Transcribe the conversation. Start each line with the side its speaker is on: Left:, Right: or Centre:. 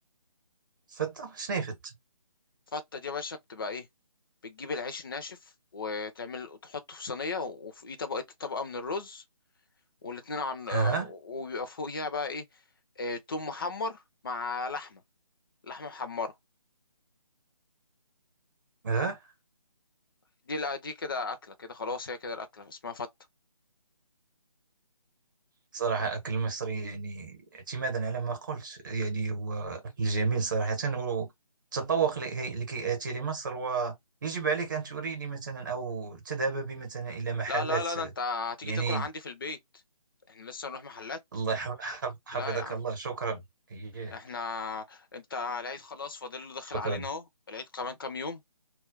Right: فتة شنو هي فتة
Left: فته دي يا باشا بتبقى ايه بتجيب العيش الناشف وتعمل وتحطه في صينيه وفوقيه طبقه طبقه من الرز والاتنين عن آه،
Right: أها
Left: وبيبقى فوقيها بقى ايه آه، توم محمر مع لحمه لحمه محمره
Right: أها
Left: دي لا دي كده اكله كده خلاص هي كده الاكله اسمها فته
Right: صراحة أكل المصري يعني اعتمادا على ما قلت يعني هو أكل جميل صراحة والتذوق لكي لكي آتي لمصر ويجب عليك أن تريني مثلا أو تذهب بي مثلا إلى محلات
Left: لا لا لا ده انت هتيجي
Right: يعني
Left: تاكل عندي في البيت احنا لسه هنروح محلات
Right: الله يحف- حف- حفظك
Left: لا يا عم
Right: الله شكرا أيه
Left: احنا انت العيد خلاص فاضل له داخل
Right: شكرا
Left: علينا اهو العيد كمان كام يوم